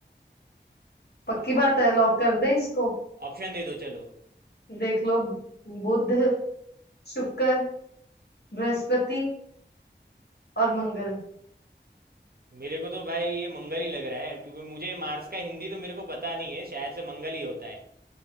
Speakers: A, on the left; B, on the right.
A: पक्की बात है लॉक कर दें इसको
B: ऑप्शन दे दो चलो
A: देख लो बुध शुक्र बृहस्पति और मंगल
B: मेरे को तो भाई ये मंगल ही लग रहा है क्योंकि मुझे मार्स का हिंदी तो मेरे को पता नहीं है शायद से मंगल ही होता है